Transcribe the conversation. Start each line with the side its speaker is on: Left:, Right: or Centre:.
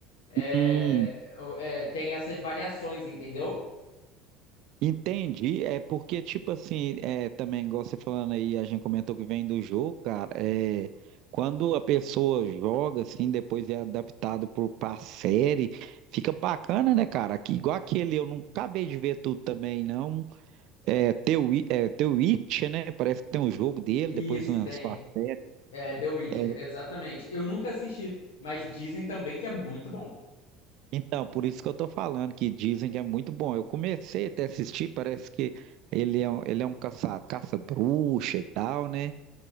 Left: é,
Right: Hum,
Left: é, tem essas variações, entendeu?
Right: Entendi, é porque, tipo assim, é, também, igual você falando aí, a gente comentou que vem do jogo, cara, é, quando a pessoa joga, assim, depois é adaptado pro, pra série, fica bacana, né, cara? Aqui, igual aquele, eu não acabei de ver tudo também, não, é, The, Wi- é, The Witcher, né, parece que tem um jogo dele,
Left: Isso,
Right: depois lançou
Left: tem.
Right: a série,
Left: É, The Witcher,
Right: é,
Left: exatamente. Eu nunca assisti, mas dizem também que é muito bom.
Right: então, por isso que eu tô falando, que dizem que é muito bom, eu comecei até a assistir, parece que ele é, um- ele é um caça, caça-bruxa e tal, né?